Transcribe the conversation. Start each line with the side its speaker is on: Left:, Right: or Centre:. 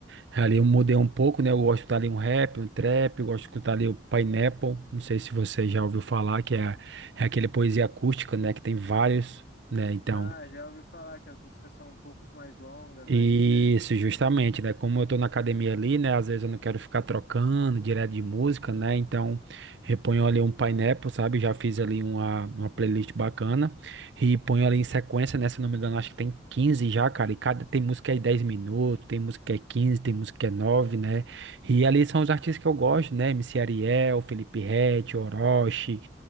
Right: ali eu mudei um pouco, né? Eu gosto de escutar ali um rap, um trap, eu gosto de escutar ali o Pineapple. Não sei se você já ouviu falar que é, é aquele poesia acústica, né, que tem vários, né? Então,
Left: Ah, já ouvi falar que as músicas são um pouco mais longas
Right: Isso,
Left: ali, né?
Right: justamente, né? Como eu tô na academia ali, né? Às vezes eu não quero ficar trocando direto de música, né? Então, reponho ali um Pineapple, sabe? Já fiz ali uma, uma playlist bacana e ponho ali em sequência, né? Se não me engano, acho que tem 15 já, cara. E cada tem música aí 10 minutos, tem música que é 15, tem música que é 9, né? E ali são os artistas que eu gosto, né? MC Ariel, Felipe Ret, Orochi,